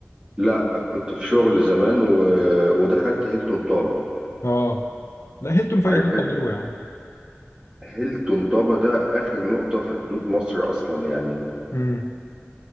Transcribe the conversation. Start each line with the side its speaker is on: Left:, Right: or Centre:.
Right: لا كنت في شغل زمان و... ودخلت هيلتون طابة
Left: اه لا هيلتون في
Right: عارف
Left: اي حته
Right: هيل-
Left: حلوه يا عم
Right: هيلتون طابة ده اخر نقطة في حدود مصر اصلا يعني
Left: امم